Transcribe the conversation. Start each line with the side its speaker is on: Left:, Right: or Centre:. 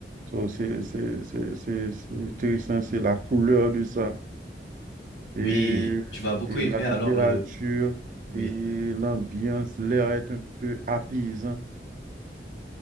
Right: So, c'est c'est- c'est- c'est- c'est intéressant, c'est la couleur de ça, et,
Left: oui, tu vas beaucoup
Right: et
Left: aimer
Right: la température,
Left: alors le oui,
Right: et l'ambiance, l'air est un peu apaisant.